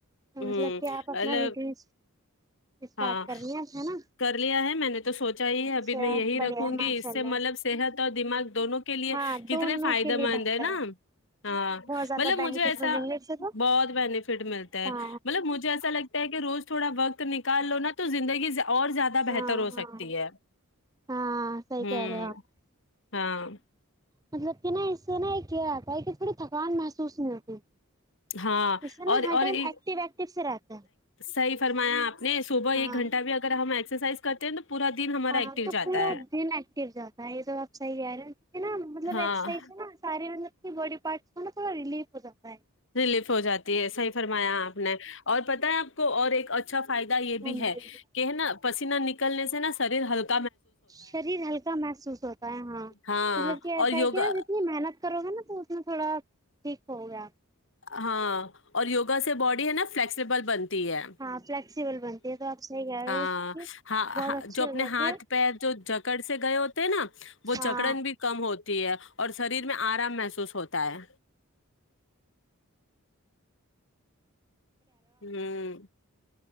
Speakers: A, on the right (about 15°); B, on the left (about 55°).
A: تو
B: ہ
A: مطلب کہ آپ اپنا
B: ال
A: روٹین اسٹارٹ
B: ہاں
A: کر لیا ہے نا
B: کر لیا ہے میں نے تو سوچا ہی
A: اچھا
B: ہے ابھی میں یہی
A: بڑھیا
B: رکھوں
A: ہے
B: گی
A: ماشاء
B: اس
A: اللہ
B: سے مطلب صحت تو دماغ دونوں کے لیے
A: ہاں
B: کتنے
A: دونوں
B: فائدہ
A: کے لیے
B: مند
A: بہتر
B: ہے نا ہاں
A: بہت زیادہ
B: مطلب
A: بینیفٹ
B: مجھے ایسا
A: ملیں گے اس سے تو
B: بہت بینیفٹ ملتا ہے
A: ہاں
B: مطلب مجھے ایسا لگتا ہے کہ روز تھوڑا وقت نک تو زندگی اور زیادہ بہتر
A: ہاں
B: ہو سکتی
A: ہاں
B: ہے
A: ہاں صحیح
B: ہوں
A: کہہ رہے ہو آپ
B: ہاں
A: مطلب کہ نا اس سے نا یہ کیا آتا ہے کہ تھوڑی تھکان محسوس نہیں ہوتی
B: ہاں
A: اس سے نا
B: اور
A: ہر
B: اور
A: ٹائم
B: ایک
A: ایکٹیو ایکٹیو سے رہتا ہے
B: صحیح فرمایا آپ نے صبح ایک
A: ہاں
B: گھنٹہ بھی اگر ہم ای ایکرائز کرتے ہیں تو پورا دن ہمارا
A: ہاں
B: ایکٹو
A: تو
B: جاتا
A: پورا
B: ہے
A: دن ایکٹو جاتا ہے یہ تو آپ صحیح ہےا نا مطلب
B: ہاں
A: ایکرائز ہے نا سارے مطلب بڈی پارٹس ک تھوا ریلیف ہوا
B: ریلیف ہو جاتی ہے صحیح فرمایا آپ نے اور پتہ ہے آپ کو اور ایک اچھا فائدہ یہ
A: ہاں
B: بھی
A: جی
B: ہے کہ ہے نا پسی نہ نکلنے سے نہا شریر ہلک
A: شریر ہلکا محسوس ہوتا ہے ہاں
B: ہاں
A: مطلب کہ ایسا
B: اور یوگا
A: ہے کہ ن جتنی محنت کرو گا نا تو اتنا تھوڑا ٹھیک ہو گیا
B: ہاں اور یوگا سے باڈی ہے نا فلیکسیبل بنتی ہے
A: ہاں فلیکسیبل بنتی ہے تو آپ صحیح کہہ
B: ہ
A: رہے ہو کہ
B: ہ
A: بہت اچھی
B: جو اپنے
A: ہو جاتی
B: ہاتھ
A: ہے
B: پہ جو جگ کر سے گئے ہو نا وہ
A: ہاں
B: جکڑن بھی کم ہوتا ہے اور شریر میں آرام محسوس ہوتا ہے ہم